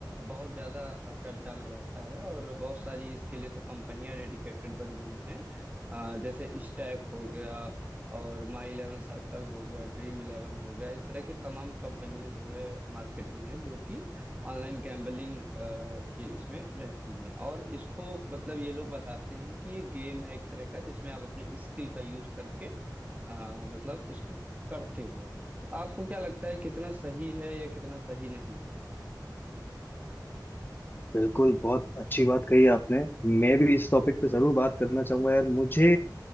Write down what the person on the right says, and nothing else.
बहुत ज्यादा अ, चर्चा में रहता है और बहुत सारी इसके लिए तो कंपनियां डेडिकेटेड बन गई हैं अ, जैसे स्टैक हो गया और माई इलेवन सर्कल हो गया ड्रीम इलेवन हो गया इस तरह की तमाम कंपनियां जो है मार्केट में हैं जो कि ऑनलाइन गैम्बलिंग के इसमें रहती हैं और इसको मतलब ये लोग बताते हैं कि ये गेम है एक तरह का जिसमें आप अपनी स्किल का यूज करके आ, मतलब इसको करते हो तो आपको क्या लगता है कितना सही है या कितना सही नहीं है